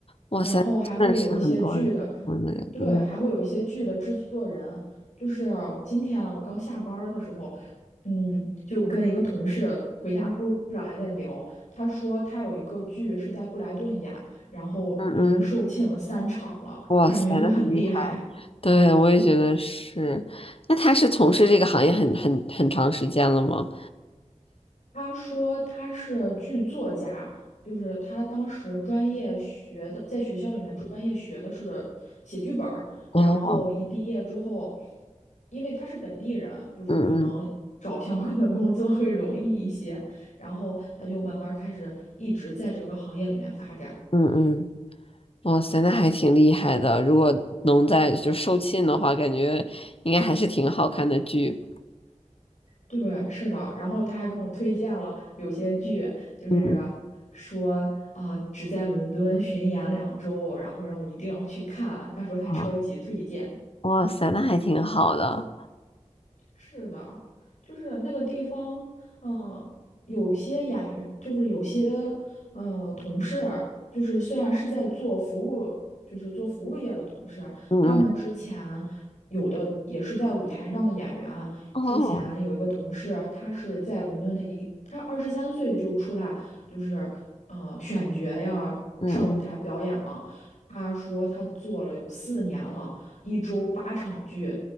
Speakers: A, on the left; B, on the left.
A: 哇塞，
B: 然后还会有一些剧的，
A: 真的是很多人，我们人，
B: 对，
A: 嗯
B: 还会有一些剧的制作人。就是今天啊我刚下班儿的时候，嗯，就跟一个同事回家路上还在聊，他说他有一个剧是在布莱顿演，然后已经售罄了三场了，
A: 嗯嗯，哇塞，
B: 感觉就很厉害。
A: 那很厉害。对，我也觉得是。那他是从事这个行业很很很长时间了吗？
B: 他说他是剧作家，就是他当时专业学的，在学校里面专业学的是写剧本儿，
A: 哦。
B: 然后一毕业之后，因为他是本地人，就是可能找相关的工作会容易一些，
A: 嗯嗯
B: 然后他就慢慢开始一直在这个行业里面发展。
A: 嗯嗯，哇塞，那还挺厉害的。如果能在就售罄的话，感觉应该还是挺好看的剧。
B: 对，是的，然后他还跟我推荐了有些剧，就是
A: 嗯嗯
B: 说啊、只在伦敦巡演两周，然后让我一定要去看。他说他超级推荐。
A: 啊，哇塞，那还挺好的。
B: 是的，就是那个地方，嗯、有些演员，就是有些，呃，同事，就是虽然是在做服务，就是做服务业的同事，
A: 嗯嗯
B: 他们之前有的也是在舞台上的演员。
A: 哦，
B: 之前有一个同事，他是在伦敦的一，他二十三岁就出来，就是呃选角呀，
A: 嗯嗯，
B: 上舞台表演了。他说他做了有四年了，一周八场剧。